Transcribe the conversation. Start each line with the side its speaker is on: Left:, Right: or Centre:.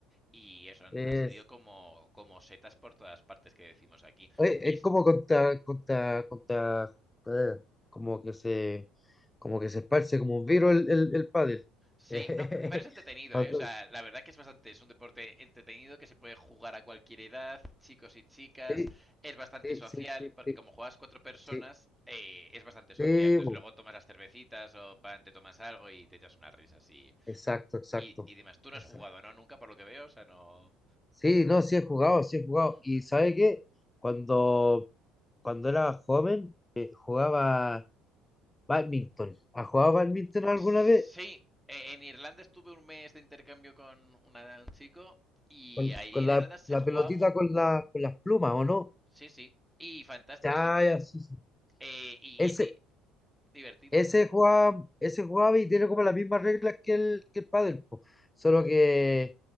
Centre: Y eso, han,
Left: eh,
Centre: han salido como, como setas por todas partes que decimos aquí.
Left: Oye,
Centre: Y
Left: es como contra, contra, contra, eh, como que se, como que se esparce como un virus el, el, el pádel.
Centre: Sí,
Left: <laughs>
Centre: no, pero es entretenido,
Left: Cuando-
Centre: ¿eh? O sea, la verdad que es bastante, es un deporte entretenido que se puede jugar a cualquier edad, chicos y chicas,
Left: Sí,
Centre: es bastante
Left: sí,
Centre: social,
Left: sí, sí,
Centre: porque
Left: sí,
Centre: como juegas cuatro personas,
Left: sí,
Centre: eh, es bastante social.
Left: sí,
Centre: Entonces
Left: bu,
Centre: luego tomas las cervecitas o pan, te tomas algo y te echas unas risas y,
Left: exacto, exacto,
Centre: y, y demás. Tú no
Left: exacto.
Centre: has jugado, ¿no? Nunca, por lo que veo, o sea, no...
Left: Sí, no, sí he jugado, sí he jugado.
Centre: Mm,
Left: Y ¿sabe qué? Cuando, cuando era joven, eh, jugaba badminton. ¿Has jugado
Centre: host-
Left: badminton alguna
Centre: Sí,
Left: vez?
Centre: eh, en Irlanda estuve un mes de intercambio con una- un chico y
Left: Con,
Centre: ahí
Left: con
Centre: en
Left: la,
Centre: Irlanda se
Left: la
Centre: jugaba...
Left: pelotita
Centre: mu-
Left: con la, con las plumas, ¿o no?
Centre: Sí, sí. Y fantástico,
Left: Ya,
Centre: sí.
Left: ya, sí, sí.
Centre: Eh, y,
Left: Ese,
Centre: y sí, divertido.
Left: Ese juega, ese jugaba y tiene como las mismas reglas que el, que el pádel, po. Solo que